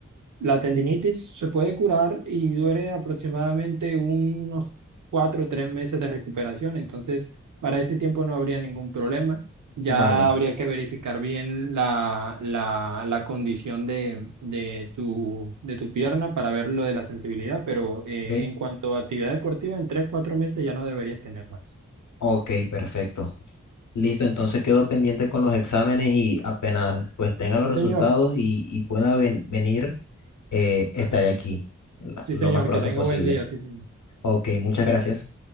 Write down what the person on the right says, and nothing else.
La tendinitis se puede curar y dure aproximadamente unos cuatro o tres meses de recuperación, entonces para ese tiempo no habría ningún problema. Ya
habría que verificar bien la, la, la condición de, de tu, de tu pierna para ver lo de la sensibilidad, pero eh,
en cuanto a actividad deportiva, en tres, cuatro meses ya no deberías tener más.
Sí,
señor.
Sí,
señor.
Que tenga
buen día. Sí, señor.